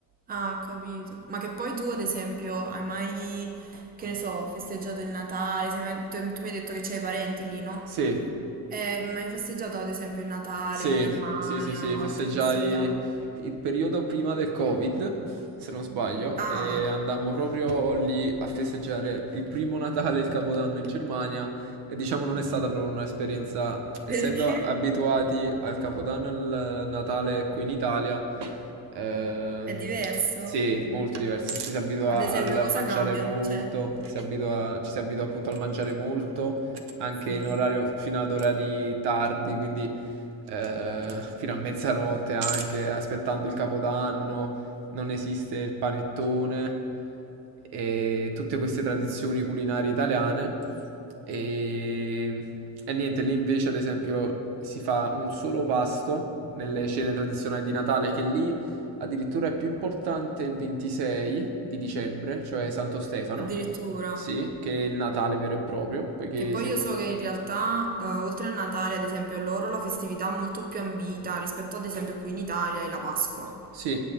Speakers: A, on the right (about 20°); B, on the right (about 80°).
A: ah, ho capito. Ma che poi tu, ad esempio, hai mai, che ne so, festeggiato il Natale? Sei mai- tu, tu mi hai detto che c'hai parenti lì, no?
B: Sì.
A: Eh, ma hai festeggiato, ad esempio, il Natale
B: Sì,
A: in Germania
B: sì, sì, sì,
A: o
B: festeggiai
A: altre festività?
B: il periodo prima del Covid, se non sbaglio,
A: Ah,
B: e andammo
A: <laughs>
B: proprio lì a festeggiare il primo Natale e il Capodanno in Germania e diciamo non è stata proprio un'esperienza, essendo
A: perché?
B: abituati al Capodanno e al Natale qui in Italia, ehm,
A: È diverso?
B: sì, molto diverso, ci si abitua
A: Ad esempio,
B: al
A: cosa
B: mangiare
A: cambia?
B: molto,
A: Cioè,
B: si abitua- ci si abitua appunto al mangiare molto, anche
A: sì.
B: in orario fino ad orari tardi, quindi eh, fino a mezzanotte anche, aspettando il Capodanno, non esiste il panettone e tutte queste tradizioni culinarie italiane. E, e niente, lì invece, ad esempio, si fa un solo pasto nelle cene tradizionali di Natale, che lì addirittura è più importante il 26 di dicembre, cioè Santo Stefano,
A: Addirittura.
B: sì, che è il Natale vero e proprio, poiché
A: Che poi
B: si
A: io so che in realtà, eh, oltre a Natale, ad esempio, loro la festività è molto più ambita rispetto ad esempio qui in Italia è la Pasqua.
B: Sì,